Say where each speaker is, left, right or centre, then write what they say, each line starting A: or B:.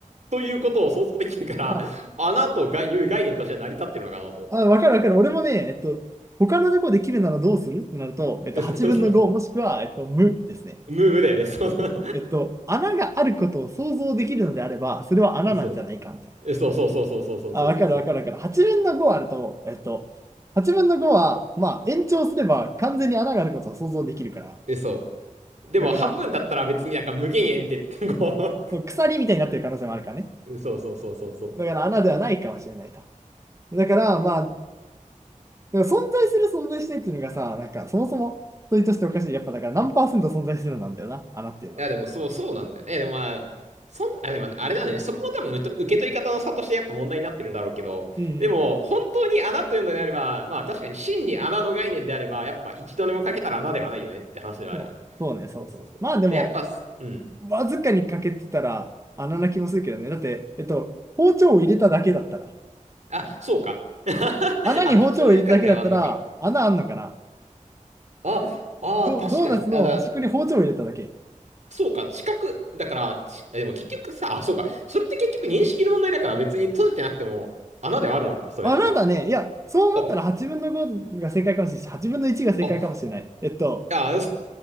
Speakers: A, on the right (about 60°); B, on the right (about 20°).
A: ということを想像できるから、
B: と。あ、
A: <laughs> 穴とがいう概念として成り立ってるのかなと思って。
B: あ、わかるわかる。俺もね、えっと、他のとこで切るならどうするってなると、えっと、
A: <laughs>
B: 8分の5もしくは、
A: そうそうそう。
B: えっと、無ですね。
A: ムーブだよね。<laughs> そうそう。
B: えっと、穴があることを想像できるのであれば、それは穴なんじゃないかみたいな話ね。
A: そうえそうそうそうそうそうそうそうそうそう。
B: あ、わかるわかるわかる。8分の5あると、えっと、8分の5は、まあ、延長すれば完全に穴があることを想像できるから。
A: えそう。でも半分だったら別になんか無限円で、
B: だから、
A: こ
B: そう鎖みたいになってる可能性もあるからね。
A: う。<laughs> そうそうそうそうそう。
B: だから穴ではないかもしれないと。だから、まあ、だから存在する存在しないっていうのがさ、なんかそもそも問いとしておかしい。やっぱだから何パーセント存在するなんだよな、穴っていうのは。
A: いや、でも、そう、そうなんだよね。え、でもまあ、そん、あ、でもね、あれだね。そこも多分、受受け取り方の差としてやっぱ問題になってるんだろうけど、
B: うんうん。
A: でも、本当に穴というのであれば、まあ、確かに真に穴の概念であれば、やっぱ一度でもかけたら穴ではないよねって話ではあるよね。
B: そう、そうね、そうそう。
A: そうそうそう。
B: まあでも、
A: で、やっぱ、うん。
B: わずかに欠けてたら穴な気もするけどね。だって、えっと、包丁を入れただけだったら、
A: あ、そうか。<laughs>
B: 穴に包丁を入れただけだったら、
A: あ、そういう考えはあんのか。
B: 穴あんのかな
A: あ、ああ、
B: ド、
A: 確かに。
B: ドーナツの端っこに包丁を入れただけ。
A: あ、だ、そうか、近く、だから、ち、でも結局さ、あ、そうか。それって結局認識の問題だから別に閉じてなくても穴ではあるのか、それって。
B: 穴だね。いや、そう思ったら8分の5が正解かもしれないし、
A: あ
B: 8分の1が正解かもしれない。
A: あ
B: えっと、
A: ああ、<laughs>